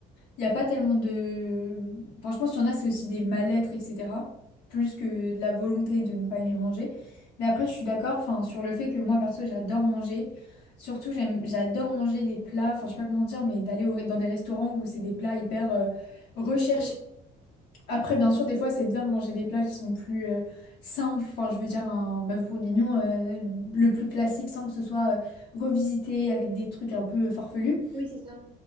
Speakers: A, on the left; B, on the right.
A: Il n'y a pas tellement de... Enfin, je pense qu'il y en a, c'est aussi des mal-être, etc. Plus que de la volonté de ne pas aimer manger. Mais après, je suis d'accord, enfin, sur le fait que moi, perso, j'adore manger. Surtout, j'aime, j'adore manger des plats, enfin, je sais pas comment dire, mais d'aller au- dans des restaurants où c'est des plats hyper euh, recherchés.
B: Ouais.
A: Après, bien sûr, des fois, c'est bien de manger des plats qui sont plus euh, simples. Enfin, je veux dire, un bœuf bourguignon, euh, le plus classique, sans que ce soit euh, revisité avec des trucs un peu farfelus.
B: Oui, c'est ça.